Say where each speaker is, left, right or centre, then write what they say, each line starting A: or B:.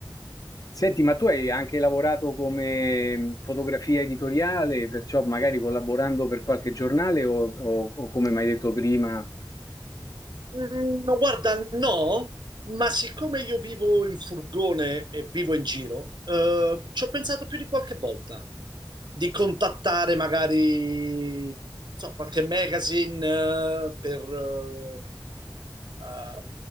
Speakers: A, on the left (about 45°); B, on the right (about 65°).
A: Senti, ma tu hai anche lavorato come mm, fotografia editoriale, perciò magari collaborando per qualche giornale o, o- o come mi hai detto prima.
B: Mm, no, Guarda, no, ma siccome io vivo in furgone e vivo in giro, eh, ci ho pensato più di qualche volta di contattare magari, non so, qualche magazine, eh, per, eh, eh,